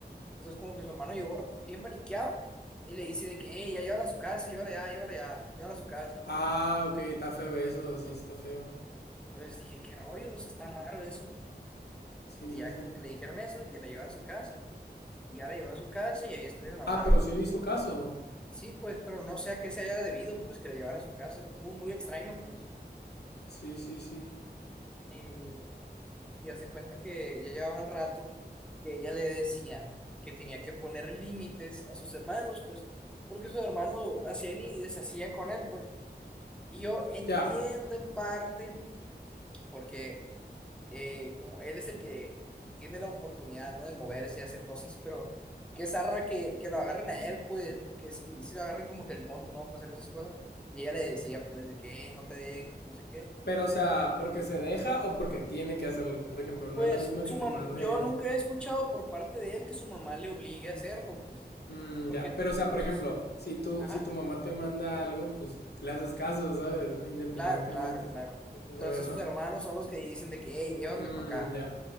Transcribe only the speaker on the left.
Ah, ok, está feo eso, sí, está feo.
Sí,
sí,
sí.
Ah, pero sí
le hizo caso.
Sí, sí, sí.
Ya.
Pero, o sea, porque se deja o porque tiene que hacerlo. Por ejemplo, no
es la misma
que te
manden.
mm,
ya. Pero, o sea, por
ejemplo, si tú,
si tu mamá te manda algo, pues le haces caso, ¿sabes? Independientemente
si tu
novio o no.
Mm,
ya.